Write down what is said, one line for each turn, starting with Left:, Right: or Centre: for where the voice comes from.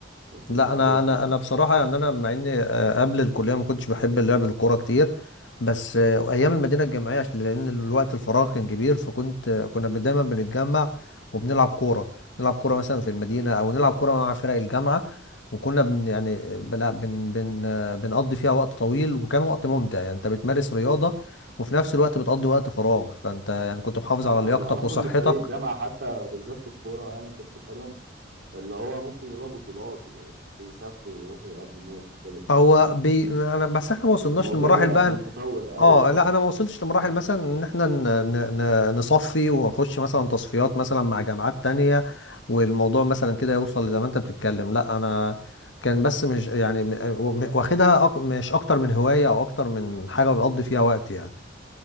Right: كان في
Left: لا
Right: مكان
Left: انا
Right: كويس
Left: انا
Right: جدا
Left: انا بصراحه يعني انا مع اني آه، قبل الكليه ما كنتش بحب اللعب الكوره كتير بس آه، ايام المدينه الجامعيه عشان لان الوقت الفراغ كان كبير فكنت آه، كنا دايما بنتجمع وبنلعب كوره نلعب كوره مثلا في المدينه او نلعب كوره مع فرق الجامعه وكنا بن يعني بلا بن بن آه، بنقضي فيها وقت طويل وكان وقت ممتع يعني انت بتمارس رياضه وفي نفس الوقت بتقضي وقت فراغ فانت يعني كنت محافظ
Right: انا
Left: على لياقتك
Right: اللي اعرفه
Left: وصحتك
Right: ان فريق الجامعه حتى بالذات في الكوره يعني كره القدم اللي هو ممكن يروح بطولات وبيسافروا ويروحوا يقابلوا ناس وكده
Left: هو بي... انا بس احنا ما وصلناش
Right: الموضوع
Left: للمراحل
Right: بيبقى
Left: بقى
Right: متطور قوي
Left: اه
Right: اه
Left: لا انا ما وصلتش لمراحل مثلا ان احنا ن- ن- ن- نصفي ونخش مثلا تصفيات مثلا مع جامعات تانية والموضوع مثلا كده يوصل زي ما انت بتتكلم لا انا كان بس مش يعني م- م- واخدها أك- مش اكتر من هواية او اكتر من حاجة بقضي فيها وقت يعني